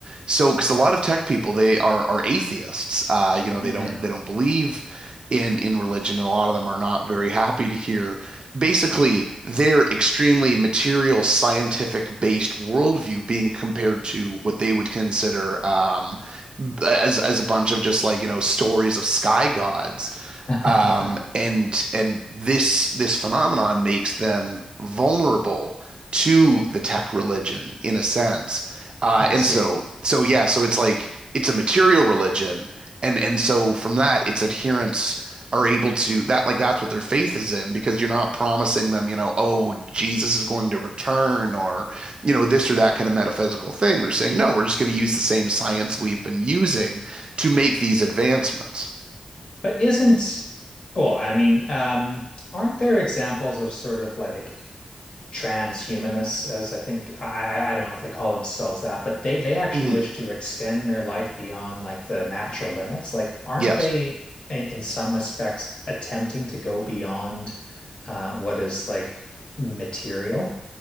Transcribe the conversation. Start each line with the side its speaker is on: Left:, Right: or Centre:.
Right: so, because a lot of tech people, they are are atheists. Uh, you know, they
Left: hmm
Right: don't they don't believe in in religion, and a lot of them are not very happy to hear basically their extremely material, scientific based worldview being compared to what they would consider um, as as a bunch of just like, you know, stories of sky gods.
Left: <laughs>
Right: Um, and and this this phenomenon makes them vulnerable to the tech religion in a sense. Uh,
Left: I
Right: and
Left: see.
Right: so so yeah, so it's like it's a material religion, and and so from that, its adherents are able to that like that's what their faith is in because you're not promising them, you know, oh, Jesus is going to return or you know this or that kind of metaphysical thing. They're saying, no, we're just going to use the same science we've been using to make these advancements.
Left: But isn't, well, I mean, um, aren't there examples of sort of like transhumanists, as I think I, I I don't know if they call themselves that, but they they actually
Right: hmm
Left: wish to extend their life beyond like the natural limits. Like, aren't
Right: Yes.
Left: they i- in some respects attempting to go beyond uh, what is like material?